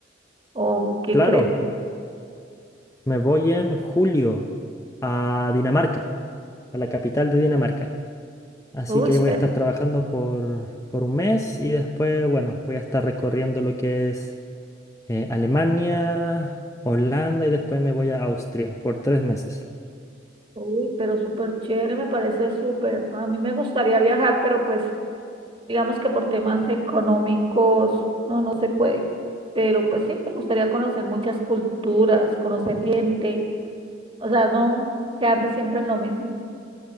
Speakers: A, on the right; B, on the left.
A: o qué
B: Claro,
A: crees?
B: Me voy en julio a Dinamarca, a la capital de Dinamarca. Así
A: Uy,
B: que ahí voy a estar trabajando por, por un mes y después, bueno, voy a estar recorriendo lo que es eh, Alemania, Holanda y después me voy a Austria por tres meses.
A: Uy, pero súper chévere, me parece súper. A mí me gustaría viajar, pero pues digamos que por temas económicos no, no se puede. Pero pues sí, me gustaría conocer muchas culturas, conocer gente, o sea, no quedarse siempre en lo mismo.